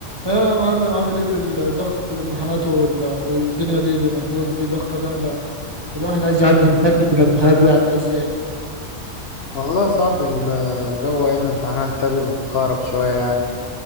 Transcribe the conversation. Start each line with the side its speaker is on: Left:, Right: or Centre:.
Right: يا معلم عامل ايه في الضغط في الامتحانات وال- والدنيا دي اليومين دول في ضغطة جامدة الواحد عايز يعدي يفكك الامتحانات دي يعدي ازاي
Left: والله صعب ال- الجو أيام الامتحانات ده بيبقى مكهرب شوية يعني